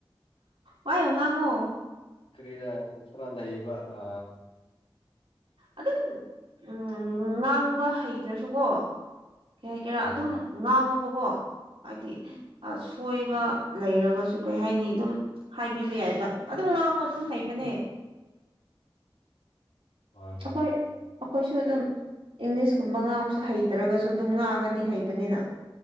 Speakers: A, on the right; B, on the left.
A: ꯋꯥꯏꯌꯨ ꯉꯥꯡꯉꯣ
B: ꯀ꯭ꯔꯔꯤꯔ ꯐ꯭ꯔꯗꯩꯕ ꯑ
A: ꯑꯗꯨꯝ ꯎꯝ ꯉꯥꯡꯕ ꯍꯩꯇ꯭ꯔꯁꯨꯀꯣ ꯀꯩ ꯍꯥꯏ ꯀꯦꯔꯥ
B: ꯑꯣ
A: ꯑꯗꯨꯝ ꯉꯥꯡꯉꯣꯕꯀꯣ ꯍꯥꯏꯗꯤ ꯁꯣꯏꯕ ꯂꯩꯔꯒꯁꯨ ꯀꯩ ꯍꯥꯏꯅꯤ ꯑꯗꯨꯝ ꯍꯥꯏꯕꯤꯕ ꯌꯥꯏꯕ ꯑꯗꯨꯝ ꯂꯥꯡꯉꯣ ꯑꯗꯨꯝ ꯍꯩꯕꯅꯦ
B: <unintelligible> ꯍꯣꯏ
A: ꯑꯩꯈꯣꯏ
B: ꯍꯣꯏ
A: ꯑꯩꯈꯣꯏꯁꯨ ꯑꯗꯨꯝ ꯏꯪꯂꯤꯁꯀꯨꯝꯕ ꯉꯥꯡꯕꯁꯨ ꯍꯩꯇ꯭ꯔꯒꯁꯨ ꯁꯨ ꯑꯗꯨꯝ ꯉꯥꯡꯉꯗꯤ ꯍꯩꯕꯅꯤꯅ